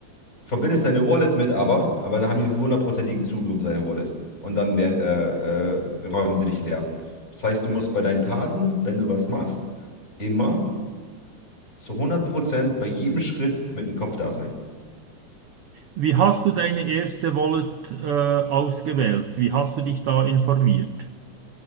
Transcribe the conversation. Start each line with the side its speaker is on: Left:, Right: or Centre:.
Left: verbindest deine Wallet mit aber, aber dann haben die hundertprozentigen Zugriff auf deine Wallet. Und dann le- äh, äh, räumen sie dich leer. Das heißt, du musst bei deinen Taten, wenn du was machst, immer zu hundert Prozent bei jedem Schritt mit dem Kopf da sein.
Right: Wie hast du deine erste Wallet äh, ausgewählt? Wie hast du dich da informiert?